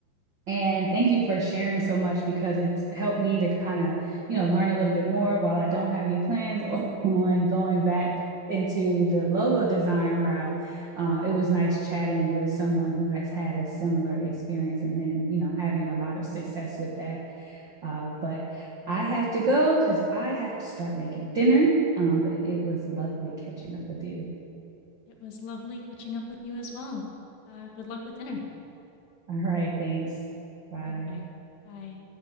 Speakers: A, on the right; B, on the left.
A: And thank you for sharing so much because it's helped me to kind of, you know, learn a little bit more while I don't have any plans <laughs> on going back into the logo design route. Uh, it was nice chatting with someone who has had a similar experience and then, you know, having a lot of success with that. Uh, but I have to go because I have to start making dinner. Um, but it was lovely catching up with you.
B: It was lovely catching up with you as well. Uh, good luck with dinner.
A: All right. Thanks. Bye.
B: Okay. Bye.